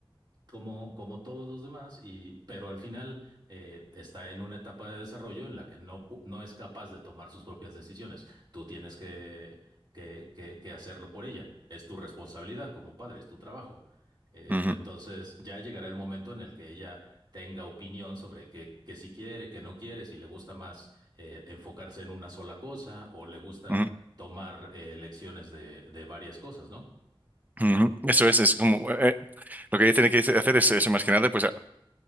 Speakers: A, on the right (about 50°); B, on the right (about 15°).
A: como, como todos los demás, y, pero al final eh, está en una etapa de desarrollo en la que no, pu- no es capaz de tomar sus propias decisiones. Tú tienes que, que, que, que hacerlo por ella. Es tu responsabilidad como padre, es tu trabajo. Eh,
B: ujú,
A: entonces
B: ujú,
A: ya llegará el momento en el que ella tenga opinión sobre qué que si quiere, que no quiere, si le gusta más eh, enfocarse en una sola cosa o le gusta
B: ujú.
A: tomar eh, lecciones de, de varias cosas, ¿no?
B: Ujú, Eso es, es como eh, eh, lo que ella tiene que hacer es eso, más que nada, pues a-